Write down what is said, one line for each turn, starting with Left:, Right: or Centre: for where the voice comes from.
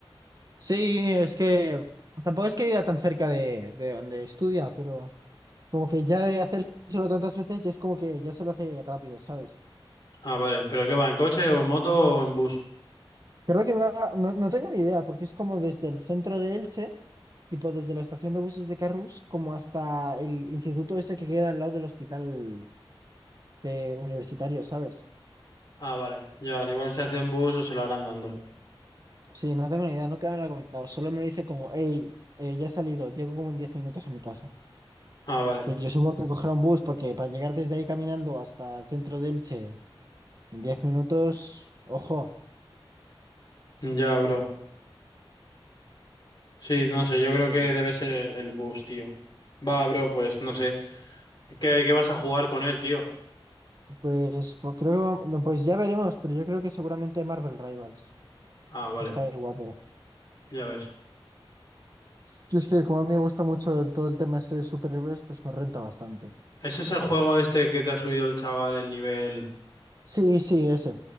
Right: Sí, es que tampoco es que viva tan cerca de, de donde estudia, pero como que ya de hacérselo tantas veces ya es como que ya se lo hace rápido, ¿sabes?
Left: Ah, vale. ¿Pero qué va, en coche o en moto o en bus?
Right: Creo que va, no, no tengo ni idea, porque es como desde el centro de Elche, tipo desde la estación de buses de Carrús, como hasta el instituto ese que queda al lado del hospital eh, universitario, ¿sabes?
Left: Ah, vale. Ya, al igual se hace en bus o se lo harán dando.
Right: Sí, no tengo ni idea, nunca me lo ha comentado. Solo me lo dice como, hey, eh, ya he salido, llego como en 10 minutos a mi casa.
Left: Ah, vale.
Right: que yo supongo que coger un bus porque para llegar desde ahí caminando hasta el centro de Elche en diez minutos, ojo.
Left: Ya, bro. Sí, no sé, yo creo
Right: Pero,
Left: que debe ser el, el bus, tío. Va, bro, pues no sé. ¿Qué, qué vas a jugar con él, tío?
Right: Pues, pues creo que no, pues ya veremos, pero yo creo que seguramente Marvel Rivals.
Left: Ah, vale.
Right: Está ahí guapo.
Left: Ya ves.
Right: Y es que como a mí me gusta mucho el- todo el tema ese de superhéroes, pues me renta bastante.
Left: ¿Ese es el juego este que te ha subido el chaval el nivel?
Right: Sí, sí, ese.